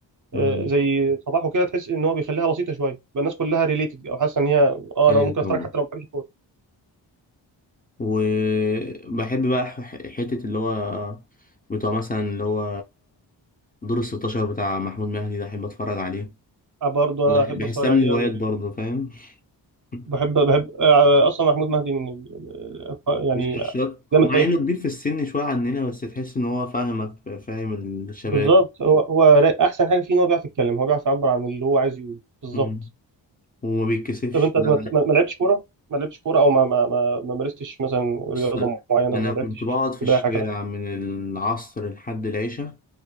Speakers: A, on the right; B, on the left.
A: آه،
B: امم
A: زي صباحه كده تحس ان هو بيخليها بسيطه شويه بقى الناس كلها ريليتد او حاسه ان هي اه
B: ايوه
A: انا ممكن
B: طبعا
A: اتفرج حتى لو ما بحبش الكوره
B: وبحب بقى ح- حتة اللي هو بتوع مثلا اللي هو دور الستاشر بتاع محمود مهدي ده أحب أتفرج عليه
A: آه، برضه
B: بحسها
A: انا احب اتفرج عليه
B: من الهوايات
A: قوي
B: برضه فاهم <laughs>
A: بحب بحب آه، اصلا محمود مهدي من ال- آه، يعني
B: مش شخصيات
A: جامد
B: مع
A: فيها
B: إنه كبير في السن شوية عننا بس تحس إن هو فاهمك فاهم الشباب
A: بالظبط هو هو را- احسن حاجه فيه ان هو بيعرف يتكلم هو بيعرف يعبر عن اللي هو عايز يقوله بالظبط
B: مم. وما بيتكسفش
A: طب انت
B: ده
A: ما ما- ما لعبتش كوره ما لعبتش كوره او ما ما ما ما مارستش مثلا
B: بص
A: رياضه معينه
B: أنا
A: ما
B: كنت
A: لعبتش
B: بقعد في
A: سباحه
B: الشارع
A: كلام
B: من العصر لحد العشاء